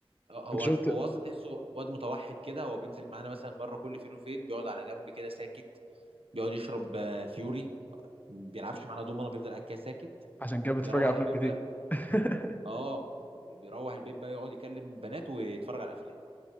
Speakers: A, on the right; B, on the left.
A: هو
B: انت شفت
A: هو اصلا تحسه واد متوحد كده هو بينزل معانا مثلا مره كل فين وفين بيقعد على جنب كده ساكت بيقعد يشرب آه، فيوري ما بيلعبش معانا دومنا بيفضل قاعد كده ساكت
B: عشان كده بتتفرج
A: يروح
B: على افلام
A: البيت
B: كتير
A: بقى
B: <laughs>
A: اه بيروح البيت بقى يقعد يكلم بنات ويتفرج على افلام